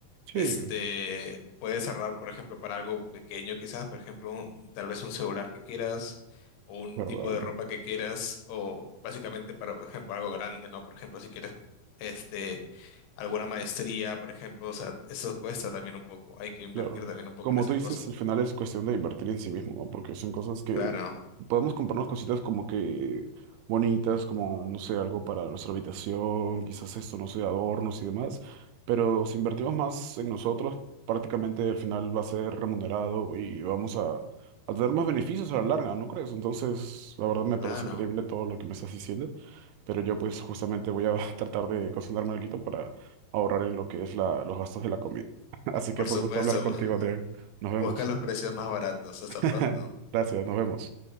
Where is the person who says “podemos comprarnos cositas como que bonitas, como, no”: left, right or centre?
Right